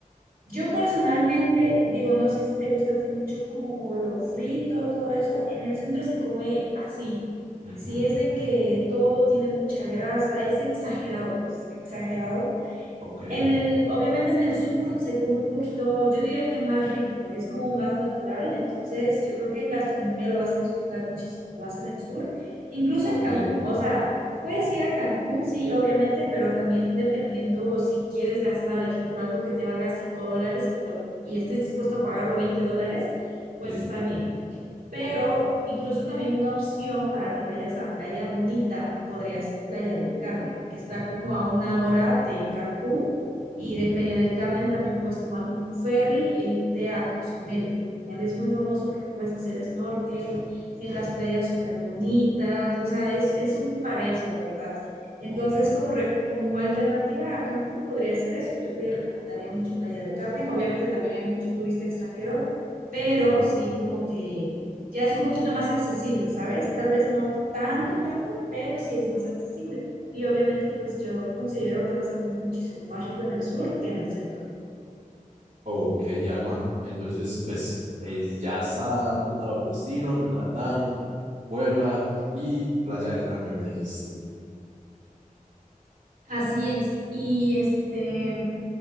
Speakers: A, on the right (about 80°); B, on the right (about 55°).
A: Yo personalmente digo, no sé si te gusta a ti mucho como lo frito, todo eso. En el centro se come así.
B: Ujú.
A: Si es de que todo tiene mucha grasa, es exagerado, pues, exagerado.
B: Ok,
A: En el, obviamente en el sur se come un poquito, yo diría que más rico, es como más natural, entonces yo creo que en gastronomía lo vas a disfrutar muchísimo más en el sur, incluso
B: ok,
A: en Cancún, o sea, puedes ir a Cancún, sí, obviamente, pero también dependiendo si quieres gastar, ejemplo, algo que te valga 5 dólares y, lo- y estés dispuesto a pagarlo 20 dólares, pues
B: sí,
A: está bien pero
B: ok,
A: incluso también una opción para que vayas a Playa Bonita podría ser Playa del Carmen, que está como a una hora de Cancún
B: ujú,
A: y de Playa del Carmen también puedes tomar como un ferry e irte a Cozumel. Cozumel es muy famoso porque puedes hacer snorkel, tiene las playas súper bonitas, o sea, es, es un paraíso, la verdad. Entonces,
B: ok,
A: como, re- como alternativa a Cancún podría ser eso. Yo te recomendaría mucho Playa del Carmen. Obviamente también hay mucho turista extranjero, pero
B: sí,
A: sí como que ya es un poquito más accesible, ¿sabes? Tal vez no tanto, tanto, pero sí es más accesible. Y obviamente, pues yo considero que vas a comer muchísimo más rico en el sur que en el centro.
B: ok, Alma. Entonces, pues es- ya está apuntado el destino, Yucatán, Puebla y Playa del Carmen, me dijiste.
A: Así es. Y este,